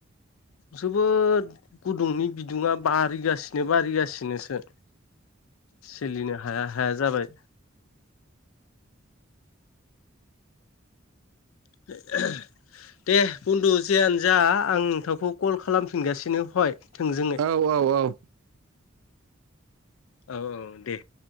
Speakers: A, on the left; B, on the right.
A: जोबोद गुदुंनि बिदुङा बारिगासिनो बारिगासिनोसो। सोलिनो हाया हाया जाबाय। <inaudible> दे बन्दु जेयानो जा आं नोंथावखौ कल खालामफिनगासिनो हय थोंजोङै।
B: औ औ औ।
A: औ औ दे।